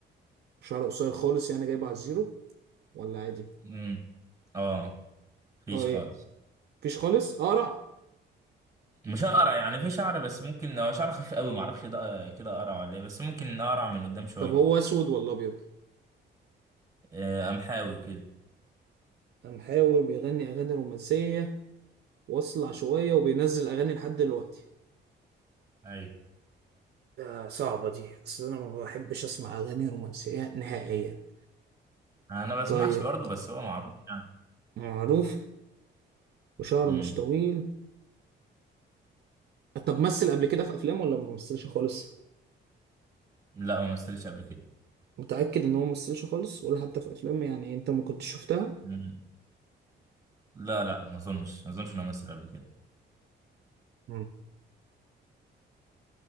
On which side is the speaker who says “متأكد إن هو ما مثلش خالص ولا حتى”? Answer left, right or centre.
Right